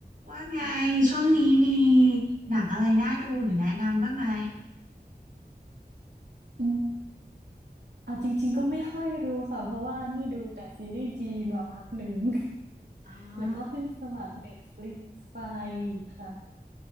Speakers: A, on the right (about 50°); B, on the right (about 80°).
A: ว่าไงช่วงนี้มีหนังอะไรน่าดูหรือแนะนำบ้างไหม
B: อืมเอาจริงๆก็ไม่ค่อยรู้ค่ะเพราะว่านี่ดูแต่ซีรีส์จีนมาพักหนึ่ง
A: อ๋อ
B: <laughs> แล้วก็เพิ่งสมัคร Netflix ไปค่ะ